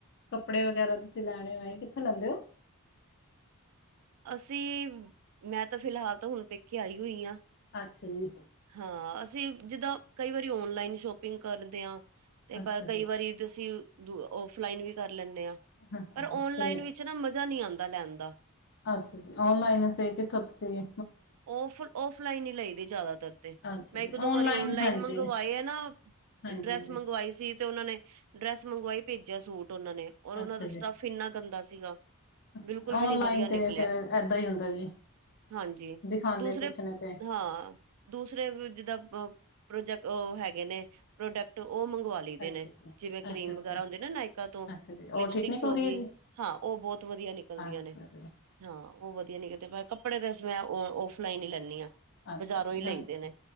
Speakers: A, on the left (about 50°); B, on the right (about 80°).
A: ਕੱਪੜੇ ਵਗੈਰਾ ਸਿਲਾਣੇ ਹੋਏ, ਕਿੱਥੋਂ ਲੈਂਦੇ ਓ?
B: ਅਸੀ ਮੈਂ ਤਾਂ ਫਿਲਹਾਲ ਤਾਂ ਹੁਨ ਪੇਕੇ ਆਈ ਹੋਈ ਆਂ।
A: ਅੱਛਾ ਜੀ।
B: ਹਾਂ, ਅਸੀ ਜਿੱਦਾਂ ਕਈ ਵਾਰੀ ਔਨਲਾਈਨ ਸ਼ੋਪਿੰਗ ਕਰਦੇ ਆਂ ਤੇ
A: ਅੱਛਾ
B: ਪਰ
A: ਜੀ
B: ਕਈ ਵਾਰੀ ਤੂਸੀ ਔਫ਼ਲਾਈਨ ਵੀ ਕਾਰ ਲੈਨੇ ਆਂ,
A: ਅੱਛਾ
B: ਪਰ
A: ਜੀ
B: ਓਨਲਾਈਨ
A: ਤੇ
B: ਵਿਚ ਇਤਨਾ ਮਜਾ ਨੀ ਆਂਦਾ ਲੈਨ ਦਾ
A: ਅੱਛਾ ਜੀ, ਔਨਲਾਈਨ ਐਸੇ ਕਿੱਥੋਂ ਤੂਸੀ?
B: ਓਫ਼, ਓਫਲਾਈਨ ਈ ਲਈ ਦੇ ਜਾਦਾਤਰ ਤੇ,
A: ਅੱਛਾ
B: ਮੈਂ
A: ਜੀ
B: ਇਕ ਦੋ
A: ਔਨਲਾਈਨ
B: ਵਾਰੀ ਓਨਲਾਈਨ
A: ਹਾਂਜੀ
B: ਮੰਗਵਾਏ ਐ ਨਾ
A: ਹਾਂਜੀ
B: ਡਰੈਸ
A: ਹਾਂਜੀ
B: ਮੰਗਵਾਈ ਸੀ ਤੇ ਓਨਾਂ ਨੇ ਡਰੈਸ ਮੰਗਵਾਈ, ਭੇਜਿਆ ਸੂਟ ਓਨਾਂ ਨੇ ਔਰ ਓਨਾਂ
A: ਅੱਛਾ
B: ਦਾ
A: ਜੀ
B: ਸਟੱਫ ਇੰਨਾ ਗੰਦਾ ਸੀਗਾ।
A: ਅੱਛਾ
B: ਬਿਲਕੁਲ ਵੀ
A: ਔਨਲਾਈਨ
B: ਨੀ ਵਦੀਆ ਨਿਕਲੇਆ,
A: ਤੇ ਫੇਰ ਏਦਾਂ ਹੀ ਹੁੰਦਾ ਜੀ
B: ਹਾਂਜੀ।
A: ਦਿਖਾਉਂਦੇ
B: ਦੂਸਰੇ,
A: ਕੁਛ ਨੇ ਤੇ
B: ਹਾਂ। ਦੂਸਰੇ ਜਿੱਦਾਂ ਪ੍ਰੋਜਕ ਓ ਹੈਗੇ ਨੇ, ਪ੍ਰੋਡਕਟ ਓ ਮੰਗਵਾ ਲਈ ਦੇ
A: ਅੱਛਾ
B: ਨੇ
A: ਜੀ
B: ਜਿਵੇਂ ਕਰੀਮ
A: ਅੱਛਾ ਅੱਛਾ
B: ਵਗੈਰਾ ਹੁੰਦੀ ਨਾ, ਨਾਇਕਾ ਤੋਂ
A: ਅੱਛਾ ਜੀ ਉਹ
B: ਲਿਪਸਟਿਕਸ
A: ਠੀਕ ਨਿਕਲਦੀ
B: ਹੋਗੀ।
A: ਹੈ ਜੀ
B: ਹਾਂ ਓ ਬੋਤ ਵਦੀਆ ਨਿਕਲਦੀਆਂ
A: ਅੱਛਾ
B: ਨੇ।
A: ਜੀ
B: ਹਾਂ ਓ ਵਦੀਆ ਨਿਕਲਦੇ, ਮੈਂ ਕੱਪੜੇ ਤੇ ਮੈਂ ਔਫਲਾਈਨ ਈ ਲੈਨੀ ਆਂ
A: ਅੱਛਾ
B: ਬਜਾਰੋਂ
A: ਜੀ
B: ਈ ਲਈਦੇ
A: ਹਾਂਜੀ
B: ਨੇ,